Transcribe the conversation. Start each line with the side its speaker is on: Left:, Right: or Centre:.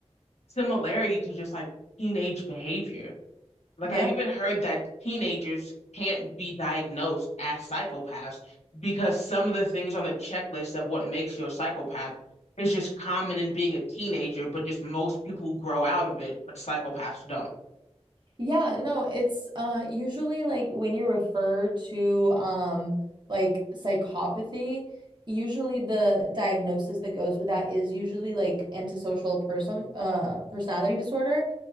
Left: similarity to just like teenage behavior. Like
Right: Yeah.
Left: I've even heard that teenagers can't be diagnosed as psychopaths because some of the things on the checklist of what makes you a psychopath is just common in being a teenager, but just most people grow out of it, but psychopaths don't.
Right: Yeah, no, it's uh usually like when you refer to um like psychopathy, usually the diagnosis that goes with that is usually like antisocial person uh personality disorder.